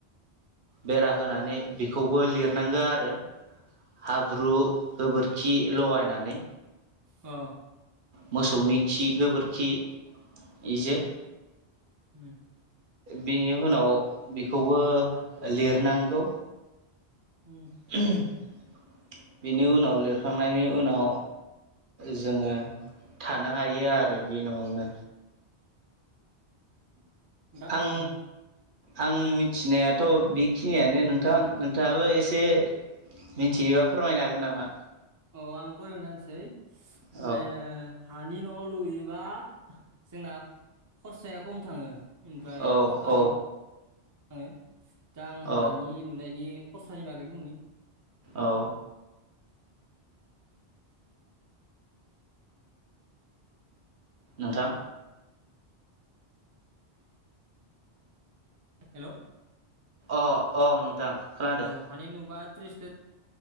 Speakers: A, on the right; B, on the right.
A: बेरा होनानै बेखौबो लिरनांगो आरो। हाब्रु गोबोरखि लगायनानै
B: अ
A: मोसौनि खि गोबोर खि इजो
B: उम
A: बेनि उनाव बेखौबो लिरनांगौ।
B: उम
A: <unintelligible> बेनि उनाव लिरखांनायनि उनाव जोङो थानो हायो आरो बे न'आवनो।
B: दा
A: आं
B: उम।
A: आं मिथिनायाथ' बेखिनियानो नोंथां नोंथाङाबो एसे।
B: उम
A: मिथियोबा फोरमायनो हागोन नामा।
B: औ आं फोरोनाहोनसै
A: औ
B: माने ओ हानि न' लुयोबा। जोंना खरसाया खम थाङो इनफाय
A: औ
B: पाक्कानि
A: औ
B: आङो दा आं
A: औ
B: हानि लुनायनि खरसानि बागै बुंनि।
A: औ। नोंथां।
B: हेल'।
A: अ-अ नोंथां। खोनादो
B: औ हानि नुुबा त्रिस <unintelligible>